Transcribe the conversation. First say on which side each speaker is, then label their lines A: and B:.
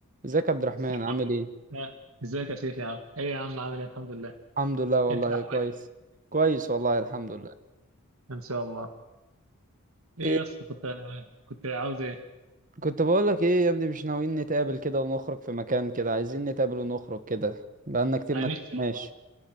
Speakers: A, on the right (about 35°); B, on the right (about 70°).
A: ازيك يا عبد الرحمن
B: السلام
A: عامل
B: عليكم
A: ايه
B: آه، ازيك يا شيخ يا عم ايه يا عم عامل ايه الحمد لله
A: الحمد لله والله
B: انت احوالك
A: كويس كويس والله الحمد لله
B: ان شاء الله ايه
A: إيه
B: يا اسطى كنت كنت عاوز ايه
A: كنت بقول لك ايه يا ابني مش ناويين نتقابل كده ونخرج في مكان كده عايزين نتقابل ونخرج كده بقالنا كتير
B: انا
A: ما
B: نفسي
A: تقابلناش
B: والله